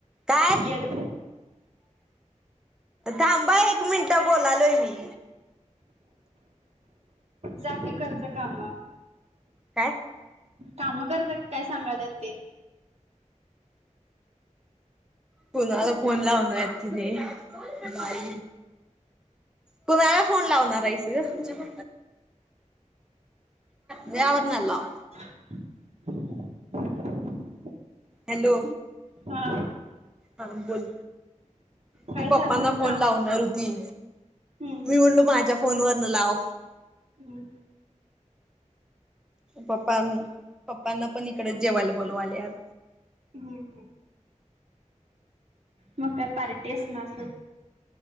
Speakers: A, in the centre; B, on the right.
A: काय?
B: येड
A: थांबा एक मिनिटं बोलालोय मी
B: जा की कर जा काम
A: काय?
B: काम कर जा की काय सांगायलत ते
A: कुणाला फोन लावणार येत तिने बाई कुणाला फोन लावणार हाईस की ग म्या वरणा लाव.
B: <inaudible>
A: हॅलो
B: हा
A: हा बोल
B: काय
A: ती
B: झालं
A: पप्पांना फोन
B: काम
A: लावणार होती.
B: हम्म
A: मी बोललो माझ्या फोनवरन लाव
B: हम्
A: पप्पां पप्पांना पण इकडे जेवाला बोलवालेत.
B: हूं हूं म काय पार्टी असणार सोड